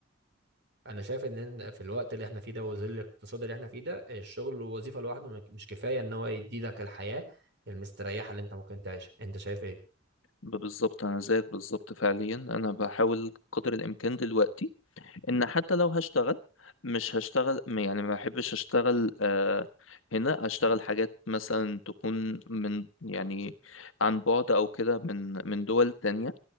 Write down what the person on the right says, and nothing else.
انا شايف ان في الوقت اللي احنا فيه ده وظل الاقتصاد اللي احنا فيه ده الشغل والوظيفه لوحده ما- مش كفايه ان هو يدي لك الحياه المستريحه اللي انت ممكن تعيشها انت شايف ايه